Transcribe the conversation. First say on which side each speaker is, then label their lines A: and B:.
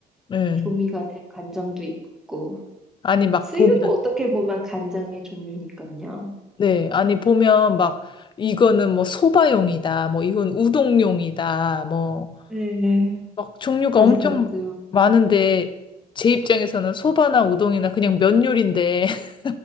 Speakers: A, on the left; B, in the centre.
A: 네.
B: 조미가 된 간장도 있고
A: 아니 막
B: 스유도
A: 보면
B: 어떻게 보면 간장의 종류니까요.
A: 네. 아니 보면 막 이거는 뭐 소바용이다. 뭐 이건 우동용이다. 뭐
B: 네,
A: 막 종류가
B: 맞아요,
A: 엄청
B: 맞아요.
A: 많은데 제 입장에서는 소바나 우동이나 그냥 면 요리인데 <laughs>